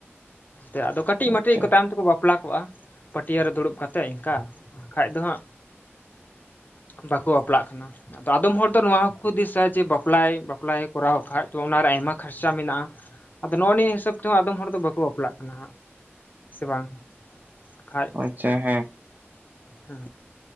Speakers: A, on the left; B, on the right.
A: ᱛᱮ ᱟᱫᱚ ᱠᱟᱹᱴᱤᱡ ᱢᱟᱹᱴᱤᱡ
B: ᱟᱪᱪᱷᱟ
A: ᱛᱟᱭᱚᱢ ᱛᱮᱠᱚ ᱵᱟᱯᱞᱟ ᱠᱚᱜᱼᱟ᱾ ᱯᱟᱹᱴᱭᱟᱹ ᱨᱮ ᱫᱩᱲᱩᱵ ᱠᱟᱛᱮᱜ ᱤᱱᱠᱟ ᱵᱟᱠᱷᱟᱡ ᱫᱚ ᱦᱟᱸᱜ ᱵᱟᱠᱚ ᱵᱟᱯᱞᱟᱜ ᱠᱟᱱᱟ᱾ ᱟᱫᱚ ᱟᱫᱚᱢ ᱦᱚᱲ ᱫᱚ ᱱᱚᱣᱟ ᱦᱚᱸ ᱠᱚ ᱦᱩᱫᱤᱥᱟ ᱡᱮ ᱵᱟᱯᱞᱟᱭ ᱵᱟᱯᱞᱟᱭᱮ ᱠᱚᱨᱟᱣ ᱠᱷᱟᱡ ᱛᱚ ᱚᱱᱟᱨᱮ ᱟᱭᱢᱟ ᱠᱷᱚᱨᱪᱟ ᱢᱮᱱᱟᱜᱼᱟ᱾ ᱟᱫᱚ ᱱᱚᱜᱼᱚ ᱱᱤᱭᱟᱹ ᱦᱤᱥᱟᱹᱵ ᱛᱮᱦᱚᱸ ᱟᱫᱚᱢ ᱦᱚᱲ ᱫᱚ ᱵᱟᱠᱚ ᱵᱟᱯᱞᱟᱜ ᱠᱟᱱᱟ ᱦᱟᱸᱜ᱾ ᱥᱮ ᱵᱟᱝ ᱠᱷᱟᱡ
B: ᱟᱪᱪᱷᱟ ᱦᱮᱸ
A: ᱦᱮᱸ